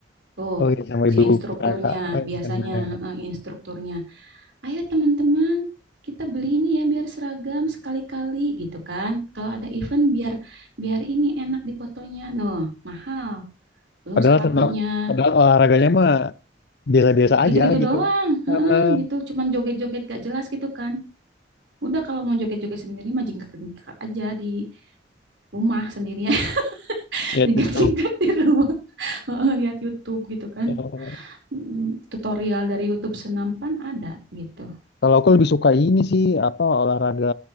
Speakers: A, on the right; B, on the left.
A: tuh
B: Oh iya sama ibu-ibu
A: si instrukturnya
B: PKK. Oh,
A: biasanya
B: iya, bener.
A: eh, instrukturnya ayo teman-teman kita beli ini ya biar seragam sekali-kali gitu kan. Kalau ada event biar biar ini enak dipotonya. Noh, mahal. Belum
B: Padahal
A: sepatunya.
B: tenang, padahal olahraganya mah biasa-biasa aja
A: Gitu-gitu
B: gitu.
A: doang. Heeh,
B: Eh,
A: gitu cuman joget-joget gak jelas gitu kan. Udah kalau mau joget-joget sendiri mah jingkrak-jingkrak aja di rumah sendirian. <laughs>
B: ya
A: Jingkrak-jingkrak
B: tutup.
A: di rumah. Heeh, lihat YouTube gitu kan.
B: Eh,
A: Mm, Tutorial dari YouTube senampan ada gitu.
B: kalau aku lebih suka ini sih apa olahraga